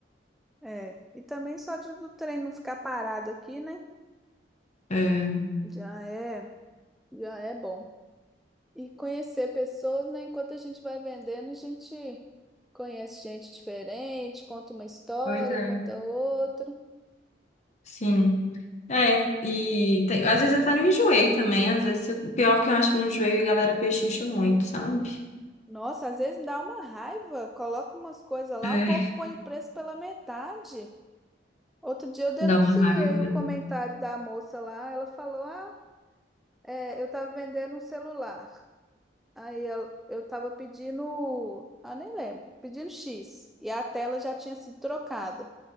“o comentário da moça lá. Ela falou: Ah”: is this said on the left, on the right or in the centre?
Centre